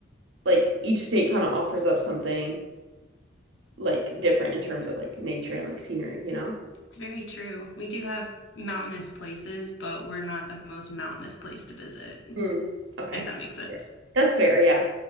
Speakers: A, on the right; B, on the left.
A: like each state kind of offers up something like different in terms of like nature and like scenery, you know?
B: It's very true. We do have mountainous places, but we're not the most mountainous place to visit,
A: Hmm. Okay.
B: if that makes sense.
A: Yeah, That's fair, yeah.